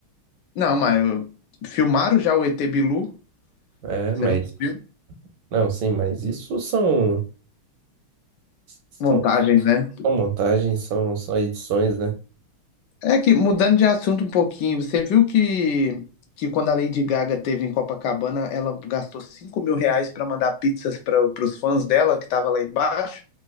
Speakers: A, on the left; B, on the right.
A: Não, mas eu- filmaram já o ET Bilu?
B: É,
A: Você
B: mas
A: nunca viu?
B: não, sim, mas isso são são,
A: Montagens, né?
B: são montagens, são, são edições, né?
A: É que, mudando de assunto um pouquinho, você viu que, que quando a Lady Gaga teve em Copacabana, ela gastou cinco mil reais para mandar pizzas para os fãs dela que tava lá embaixo?